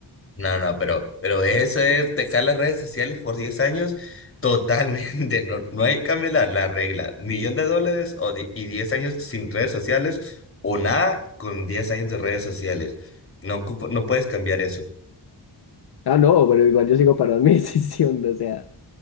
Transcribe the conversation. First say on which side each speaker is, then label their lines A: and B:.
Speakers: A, on the left (about 30°); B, on the left (about 60°).
A: No, no, pero, pero eso es dejar las redes sociales por 10 años <laughs> totalmente. No, no hay que cambiar la, la regla. Millón de dólares o di- y 10 años sin redes sociales o nada con 10 años de redes sociales. No, ocupo- no puedes cambiar eso.
B: Ah, no, pero igual yo sigo para mi <laughs> decisión, o sea.